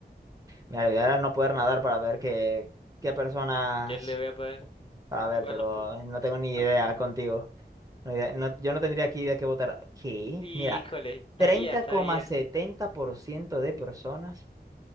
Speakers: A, on the right; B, on the left.
A: Mira, la idea era no poder nadar para ver qué, qué personas.
B: Yo le voy a poner.
A: Para ver,
B: Igual
A: pero
B: no, pu-
A: no tengo ni
B: no.
A: idea contigo. No idea- no- yo no tendría aquí de qué votar. ¿Qué?
B: Híjole,
A: Mira,
B: sabía,
A: treinta
B: sabía.
A: coma setenta por ciento de personas.